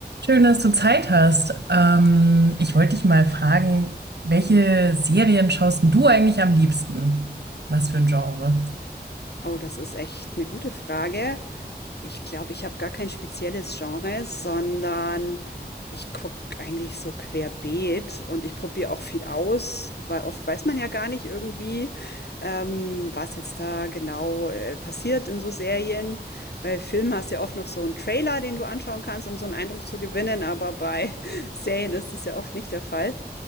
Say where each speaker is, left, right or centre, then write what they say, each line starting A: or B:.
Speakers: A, on the right; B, on the left.
A: Schön, dass du Zeit hast. Ähm, ich wollte dich mal fragen, welche Serien schaust denn du eigentlich am liebsten? Was für ein Genre?
B: Oh, das ist echt eine gute Frage. Ich glaube, ich habe gar kein spezielles Genre, sondern ich gucke eigentlich so querbeet und ich probiere auch viel aus, weil oft weiß man ja gar nicht irgendwie, ähm, was jetzt da genau, äh, passiert in so Serien. Bei Filmen hast du ja oft noch so einen Trailer, den du anschauen kannst, um so einen Eindruck zu gewinnen, aber bei <laughs> Serien ist das ja oft nicht der Fall.